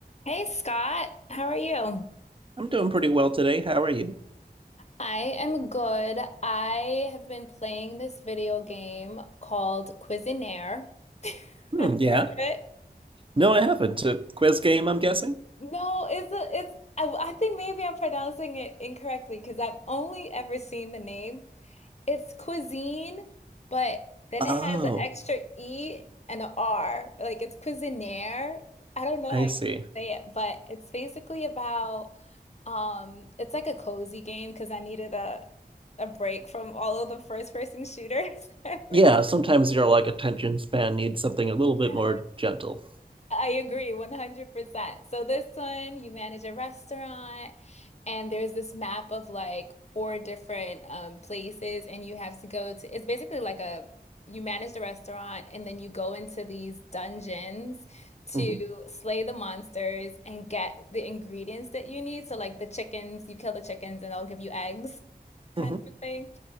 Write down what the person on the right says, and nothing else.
I'm doing pretty well today. How are you?
Hmm,
yeah.
No, I haven't. A quiz game, I'm guessing?
Oh,
I
see.
Yeah, sometimes your like attention span needs something a little
bit more gentle.
hmm
hmm